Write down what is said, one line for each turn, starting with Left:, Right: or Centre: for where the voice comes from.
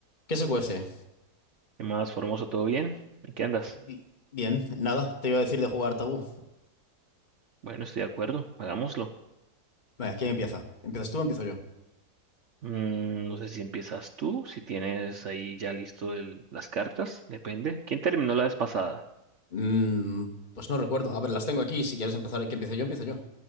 Left: ¿Qué se cuece?
Right: ¿Qué más, Formoso? ¿Todo bien? ¿En qué andas?
Left: Bi- Bien, nada, te iba a decir de jugar tabú.
Right: Bueno, estoy de acuerdo, hagámoslo.
Left: Venga, ¿quién empieza? ¿Empiezas tú o empiezo yo?
Right: Mm, no sé si empiezas tú, si tienes ahí ya listo el- las cartas, depende. ¿Quién terminó la vez pasada?
Left: Mm, pues no recuerdo. A ver, las tengo aquí. Si quieres empezar, que empiece yo, empiezo yo.